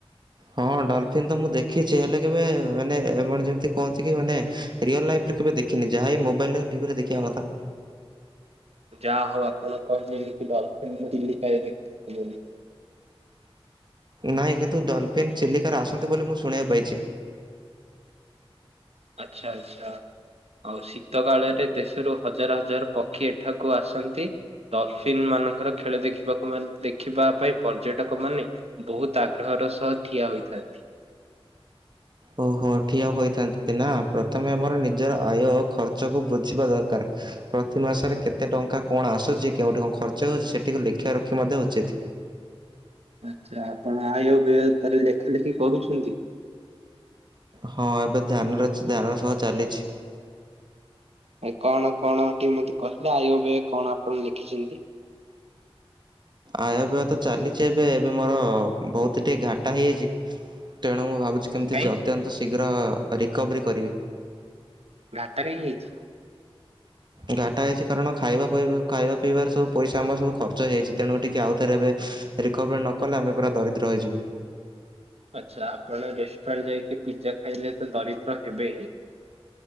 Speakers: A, on the right; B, on the right.
A: ହଁ ଡଲଫିିନ ତ ମୁଁ ଦେଖିଛି ହେଲେ କେବେ ମାନେ <unintelligible> ଯେମିତି କୁହନ୍ତି କି ମାନେ ରିଅଲ ଲାଇଫରେ କେବେ ଦେ ଖିନି ଯାହା ଏଇ ମୋବାଇଲରେ ଟିଭିରେ ଦେଖିବା କଥା।
B: ଯା ହଉ ଆପଣ କହିଲେ ଲେ କି ଡଲଫନ୍ <unintelligible> ଦେଖି ବୋଲି।
A: ନାହିଁ କିନ୍ତୁ ଡଲଫିନ୍ ଚିଲିକାର ଆସନ୍ତି ବୋଲି ମୁଁ ଶୁଣିବାକୁ ପାଇଛି।
B: ଆଛା ଆଚ୍ଛା। ଆଉ ଶୀତ କାଳରେ ଦେଶରୁ ହଜାର ହଜାର ପକ୍ଷୀ ଏଠାକୁ ଆସନ୍ତି। ଡ଼ଲଫିଲ ମାନଙ୍କର ଖେଳ ଦେଖିବାକୁ ମାନେ ଦେଖିବା ପାଇଁ ପର୍ଯ୍ୟଟକ ମାନେ। ବହୁତ ଆଗ୍ରହର ସହ ଠିଆ ହୋଇଥାନ୍ତି।
A: ଓହୋ ଠିଆ ହୋଇଥାନ୍ତି ନା ପ୍ରଥମେ ଆମର ନିଜର ଆୟ ଖର୍ଚ୍ଚକୁ ବୁଝିବା ଦରକାର। ପ୍ରତି ମାସରେ କେତେ ଟଙ୍କା କଣ ଆସୁଛି କେଉଠି କଣ ଖର୍ଚ୍ଚ ହଉଛି ସେଠିକୁ ଲେଖିବା ରଖି ମଧ୍ୟ ଉଚିତ୍।
B: ଆଚ୍ଛା ଆପଣ ଆୟ ବିୟ ତାଲେ ଲେଖା ଲେଖି କରୁଛନ୍ତି।
A: ହଁ ଏବେ ଧ୍ୟାନର ଧ୍ୟାନର ସହ ଚାଲିଛି।
B: ଆ କଣ କଣ ଟିକେ ମତେ କହିଲେ ଆୟ ବେୟ କଣ ଆପଣ ଲେଖିଛନ୍ତି?
A: ଆୟବୟ ତ ଚାଲିଛି ଏବେ ଏବେ ମୋର ବହୁତ ଟିକେ ଘାଟା ହେଇଯାଇଛି। ତେଣୁ ମୁଁ ଭାବୁଛି କେମିତି
B: କାଇଁ
A: ଯ ଅତ୍ୟନ୍ତ ଶୀଘ୍ର ରିକଭରି କରିବି।
B: ଘାତା ପାଇଁ ହେଇଛି?
A: ଘାଟା ହେଇଛି କାରଣ ଖାଇବା ପାଇବା ଖାଇବା ପିଇବାରେ ସବୁ ପଇସା ଆମର ସବୁ ଖର୍ଚ୍ଚ ହେଇଛି। ତେଣୁ ଟିକେ ଆଉଥରେ ଏବେ ରିକଭରି ନ କଲେ ଆମେ ପୁରା ଦରିଦ୍ର ହେଇଯିବୁ।
B: ଆଚ୍ଛା ଆପଣ ରେଷ୍ଟୁରାଣ୍ଟ ଯାଇକି ପିଜା ଖାଇଲେ ତ ଦରିଦ୍ର ହେବେ ହିଁ।